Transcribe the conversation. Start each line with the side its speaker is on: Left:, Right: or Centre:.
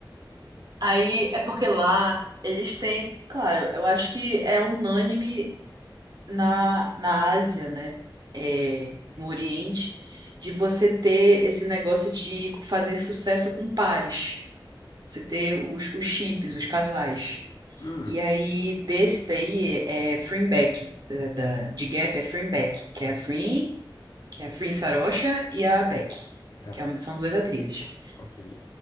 Right: Aí é porque lá eles têm, claro, eu acho que é unânime na, na Ásia, né? É, no Oriente, de você ter esse negócio de fazer sucesso com pares. Você ter os, os chips, os casais.
Left: Hum.
Right: E aí, desse daí é Freemback, da, da- de Gap é Freemback, que é a Free, que é a Free Sarocha e a Beck,
Left: Tá,
Right: que é uma- são duas atrizes.
Left: ok,